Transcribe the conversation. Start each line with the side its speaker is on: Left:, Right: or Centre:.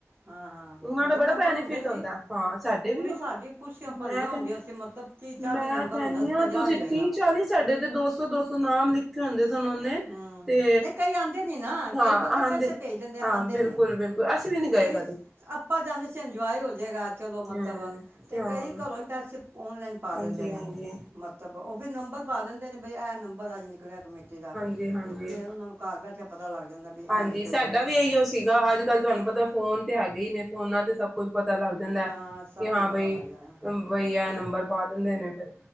Right: ਹਾਂ ਹਾਂ
Centre: ਉਹਨਾਂ
Right: ਬੜੇ
Centre: ਦਾ ਬੜਾ
Right: ਮੈਂਬਰ
Centre: ਬੈਨੀਫਿਟ
Right: ਹੁੰਦੇ ਸੀ
Centre: ਆਉਂਦਾ ਐ। ਹਾ! ਸਾਡੇ
Right: ਪੂਰੀ
Centre: ਵੀ ਉਹ,
Right: ਸਾਡੀ ਕੁਰਸੀਆਂ ਭਰੀਆਂ
Centre: ਮੈਂ ਕਹਿੰਦੀ
Right: ਹੁੰਦੀਆਂ ਸੀ ਮਤਲਬ ਕਿ
Centre: ਮੈਂ
Right: ਮੈਂਬਰ
Centre: ਕਹਿੰਦੀ
Right: ਹੁੰਦਾ ਸੀ
Centre: ਹ, ਤੁਸੀਂ
Right: ਹੀ ਹੋਏਗਾ
Centre: ਤੀਹ ਚਾਲੀ ਸਾਡੇ ਤੇ ਦੋ ਸੌ ਦੋ ਸੌ ਨਾਮ ਲਿਖੇ ਹੁੰਦੇ ਸੀ। ਉਹਨੇ।
Right: ਹੂੰ
Centre: ਤੇ,
Right: ਨਹੀਂ ਕਈ ਆਂਦੇ ਨਹੀਂ ਨਾ
Centre: ਹਾਂ
Right: ਕਈ ਬੰਦੇ ਪੈਸੇ ਭੇਜ ਦਿੰਦੇ ਆਂਦੇ
Centre: ਹਾਂ! ਬਿਲਕੁਲ!
Right: ਨਹੀਂ
Centre: ਬਿਲਕੁਲ! ਅਸੀਂ ਵੀ ਨੀ ਗਏ
Right: ਕਈ,
Centre: ਕਦੇ
Right: ਆਪਾਂ ਜਾਂਦੇ ਸੀ, ਇੰਜੋਏ ਹੋਜਏਗਾ। ਚਲੋ, ਮਤਲਬ
Centre: ਹਮ
Right: ਤੇ
Centre: ਹਾਂ
Right: ਕਈ ਘਰੋਂ ਈ ਪੈਸੇ ਔਨਲੈਨ ਪਾ
Centre: ਹਾਂਜੀ
Right: ਦਿੰਦੇ ਨੇ।
Centre: ਹਾਂਜੀ
Right: ਮਤਲਬ, ਔ ਫਿਰ ਨੰਬਰ ਪਾ ਦਿੰਦੇ ਨੇ ਬਈ ਏ ਨੰਬਰ ਅਜ ਨ ਨਿਕਲਆ ਕਮੇਟੀ ਦਾ
Centre: ਤੇ ਹਾਂਜੀ।
Right: ਫਿਰ ਉਹਨਾਂ ਨੂੰ ਘਰ ਬੈਠਿਆ ਪਤਾ ਲੱਗ ਜਾਂਦਾ ਵੀ ਇਹ
Centre: ਹਾਂਜੀ,
Right: ਨਿਕਲਿਆ
Centre: ਸਾਡਾ
Right: ਵੇ
Centre: ਵੀ ਅਈਯੋ ਸੀਗਾ। ਅੱਜ ਕੱਲ੍ਹ ਤੁਆਨੂੰ ਪਤਾ, ਫੋਨ ਤੇ ਹੈਗੇ ਈ ਨੇ ਫੋਨਾਂ, ਤੇ ਸਭ ਕੁੱਝ ਪਤਾ ਲੱਗ ਜਾਂਦਾ ਏ
Right: ਹਾਂ ਸਭ
Centre: ਕਿ, ਹਾਂ
Right: ਕੁਝ
Centre: ਬਈ,
Right: ਪਤਾ ਲੱਗ ਜਾਣਾ
Centre: ਬਈ ੲ ਨੰਬਰ ਪਾ ਦਿੰਦੇ ਨੇ ਫੇਰ।